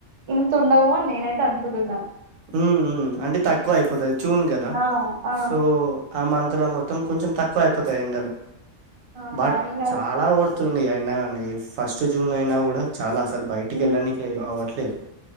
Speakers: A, on the right (about 45°); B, on the right (about 90°).
A: ఇంతుండవు అని నేనైతే అనుకుంటున్నా
B: హ్ హ్ అంటే తక్కువ అయిపోతది జూన్ కదా
A: ఆ ఆ
B: సో ఆ మంత్ లో మొత్తం కొంచెం తక్కువ అయిపోతాయి ఎండలు
A: ఆ
B: బట్
A: ఇంకా
B: చాలా కొడుతుంది నో అండి ఫస్ట్ జూన్ అయినా కూడా చాలా ఆస్ ల్ బయటికి
A: ఉమ్,
B: వెళ్ళనికే అవ్వట్లే లేదు